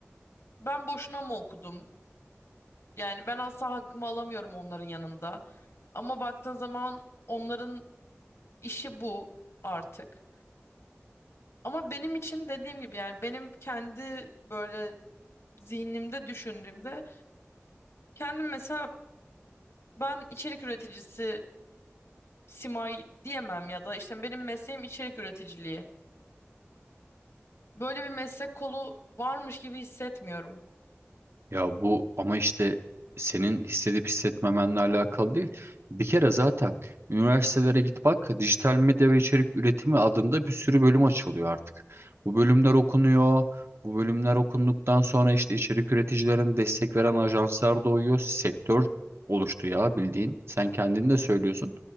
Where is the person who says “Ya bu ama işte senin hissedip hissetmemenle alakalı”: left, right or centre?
Right